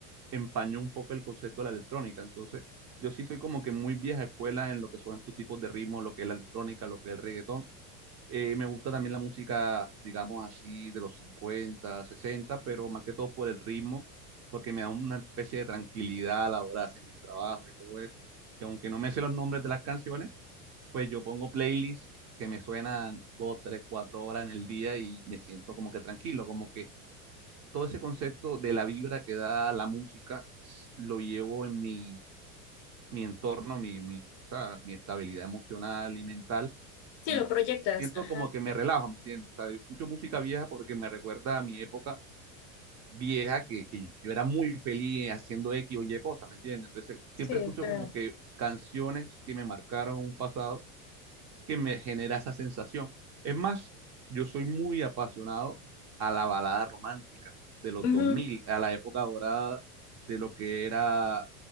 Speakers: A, on the right; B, on the left.
A: empañó un poco el concepto de la electrónica. Entonces, yo sí soy como que muy vieja escuela en lo que son estos tipos de ritmos, lo que es la electrónica, lo que es el reggaetón eh, me gusta también la música, digamos así, de los 50 sesenta pero más que todo por el ritmo, porque me da una especie de tranquilidad a la hora de hacer mis trabajos y todo eso. Que aunque no me sé los nombres de las canciones, pues yo pongo playlists que me suenan dos, tres, cuatro horas en el día y me siento como que tranquilo, como que todo ese concepto de la vibra que da la música s- lo llevo en mi, mi entorno, mi, mi, o sea, mi estabilidad emocional y mental
B: Sí,
A: y
B: lo proyectas.
A: siento
B: Ajá.
A: como que me relajo, ¿me entiendes? O sea, yo escucho música vieja porque me recuerda a mi época vieja que, que yo era muy feliz haciendo X o Y cosas, ¿me entiendes? Entonces siempre
B: Sí,
A: escucho
B: claro.
A: como que canciones que me marcaron un pasado que me genera esa sensación. Es más, yo soy muy apasionado a la balada romántica de los
B: Ujú,
A: dos mil a la época dorada de lo que era